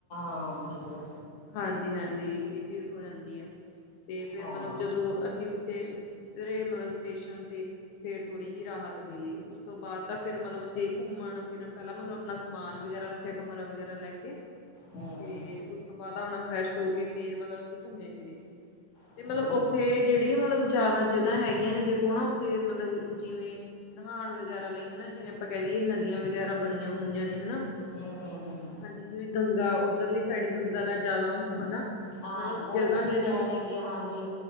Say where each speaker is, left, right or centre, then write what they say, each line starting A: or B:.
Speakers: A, on the left; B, on the left.
A: ਹਾਂ ਬਿਲਕੁੱਲ।
B: ਹਾਂਜੀ-ਹਾਂਜੀ ਏ ਚੀਜ਼ ਹੋ ਜਾਂਦੀ ਆ। ਕੀ ਫੇਰ
A: ਹਾਂ
B: ਮਤਲਬ ਜਦੋਂ ਅਸੀਂ ਉੱਥੇ ਉਤਰੇ ਮਤਲਬ ਸਟੇਸ਼ਨ 'ਤੇ ਫੇਰ ਥੋੜੀ ਜੀ ਰਾਹਤ ਮਿਲੀ ਉਸ ਤੋਂ ਬਾਅਦ ਤਾਂ ਫੇਰ ਮਤਲਬ ਅਸੀਂ ਘੁੰਮਣ ਫਿਰਨ ਪਹਿਲਾਂ ਮਤਲਬ ਆਪਣਾ ਸਮਾਨ ਵਗੈਰਾ ਰੱਖਿਆ ਕਮਰਾ ਵਗੈਰਾ ਲੈ ਕੇ
A: ਹੂੰ
B: 'ਤੇ ਉਸ ਤੋਂ ਬਾਅਦ ਆਪਣਾ ਫਰੈਸ਼ ਹੋ ਕੇ ਫੇਰ ਮਤਲਬ ਅਸੀਂ ਘੁੰਮੇ ਫਿਰੇ।
A: ਹੂੰ
B: 'ਤੇ ਮਤਲਬ ਉੱਥੇ
A: ਹੂੰ
B: ਜਿਹੜੀ ਮਤਲਬ ਜ਼ਿਆਦਾ ਜਗਾ ਹੈਗੀਆਂ ਨੇ ਦੇਖੋ ਨਾ ਉੱਥੇ ਮਤਲਬ ਜਿਵੇਂ ਨਹਾਣ ਵਗੈਰਾ ਲਈ ਹਨਾ ਜਿਵੇਂ ਆਪਾਂ ਕੈ ਦੀਏ ਨਦੀਆਂ ਵਗੈਰਾ ਬਣੀਆਂ ਹੋਈਆਂ ਨੇ ਹਨਾ
A: ਹੂੰ-ਹੂੰ-ਹੂੰ-ਹੂੰ।
B: ਹਾਂਜੀ ਜਿਵੇਂ ਗੰਗਾ ਉੱਧਰਲੀ ਸਾਈਡ ਗੰਗਾ ਦਾ ਜਿਆਦਾ ਹੋ ਹਨਾ।
A: ਹਾਂ
B: ਮਤਲਬ
A: ਬੋਤ
B: ਜਗ੍ਹਾ-ਜਗ੍ਹਾ
A: ਵੱਡੀ ਨਹਿਰ
B: ਤੇ
A: ਹੈਗੀ ਆ ਹਾਂਜੀ।